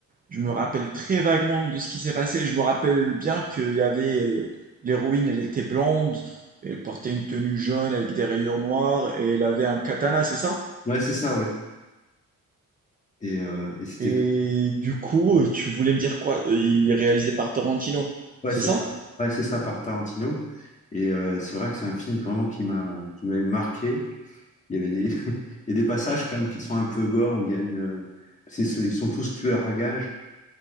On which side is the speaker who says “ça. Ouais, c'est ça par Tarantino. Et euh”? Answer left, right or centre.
Left